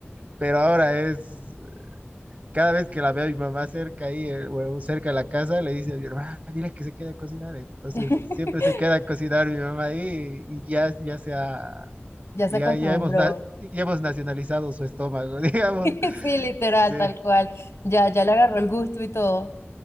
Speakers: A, on the right; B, on the left.
A: Pero ahora es cada vez que la veo a mi mamá cerca ahí, eh, o cerca de la casa, le dice a mi hermana, dile que se quede a cocinar. Entonces,
B: <laughs>
A: siempre se queda a cocinar mi mamá ahí y ya, ya se ha,
B: Ya se
A: ya,
B: acostumbró.
A: ya hemos, na- ya hemos nacionalizado su estómago, <laughs> digamos.
B: <laughs> Sí, literal,
A: Sí,
B: tal cual. Ya, ya le agarró el gusto y todo.